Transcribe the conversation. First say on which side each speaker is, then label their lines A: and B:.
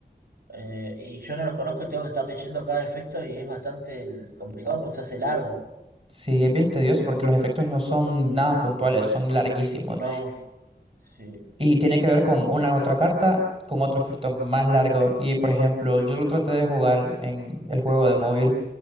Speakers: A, on the right; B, on the right.
A: Eh, y yo no los conozco y tengo que estar leyendo cada efecto y es bastante complicado porque se hace largo.
B: Sí, es bien tedioso porque los efectos no son nada puntuales, son larguísimos.
A: No, sí.
B: y tiene que ver con una otra carta, con otro efecto más largo. Y por ejemplo, yo lo traté de jugar en el juego de móvil